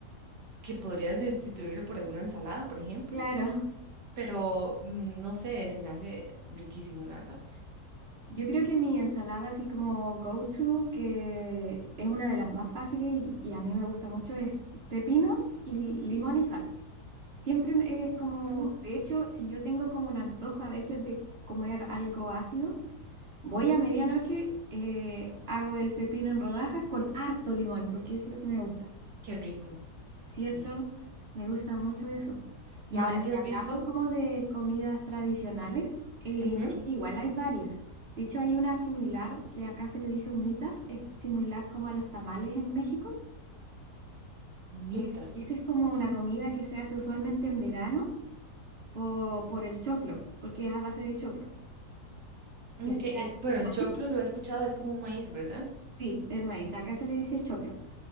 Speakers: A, on the right; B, on the right.
A: que podría sustituirlo por alguna ensalada, por ejemplo,
B: Claro,
A: pero mm, no sé, se me hace riquísimo, la verdad.
B: yo creo que mi ensalada así como go-to, que es una de las más fáciles y, y a mí me gusta mucho, es pepino y limón y sal. Siempre me- es como,
A: Mm,
B: de hecho, si yo tengo como un antojo a veces de comer algo ácido, voy a medianoche, eh, hago el pepino en rodajas con harto limón, porque eso es lo que me gusta,
A: qué rico,
B: ¿cierto?
A: sí.
B: Me gusta mucho eso. Y ahora,
A: No sé si
B: si
A: has
B: hablamos
A: visto.
B: como de comidas tradicionales, eh,
A: Ujú,
B: en Chile igual hay varias. De hecho, hay una similar que acá se le dice humitas, es similar como a los tamales en México.
A: Humitas.
B: eh, y esa es como una comida que se hace usualmente en verano po- por el choclo, porque es a base de choclo,
A: Ok,
B: que sería
A: el, bueno,
B: el
A: el
B: maíz.
A: choclo lo he escuchado, es como un maíz, ¿verdad?
B: Sí, el maíz. Acá se le dice choclo.